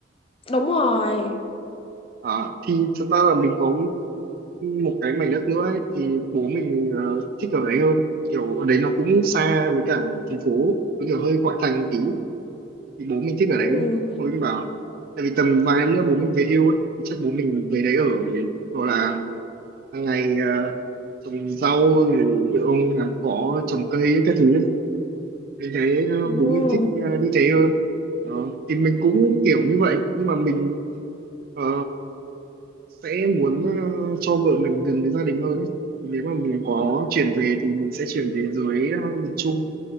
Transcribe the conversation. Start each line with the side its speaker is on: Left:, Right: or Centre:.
Left: đúng rồi
Right: à, thì thật ra là mình có một cái mảnh đất nữa ấy, thì bố mình ờ, thích ở đấy hơn kiểu ở đấy nó cũng xa với cả thành phố nó kiểu hơi ngoại thành một tí thì bố mình thích ở
Left: ừ.
Right: đấy hồi mình bảo tại vì tầm vài năm nữa bố mình về hưu ấy thì chắc bố mình về đấy ở hoặc là hàng ngày ờ, trồng rau rồi ông làm cỏ trồng cây ấy, các thứ ấy. mình thấy ờ,
Left: Ừ.
Right: bố mình thích ờ, như thế hơn Ờ, thì mình cũng kiểu như vậy nhưng mà mình ờ, sẽ muốn ờ, cho vợ mình gần với gia đình hơn ấy thì nếu mà mình có chuyển về thì mình sẽ chuyển về dưới ờ, miền Trung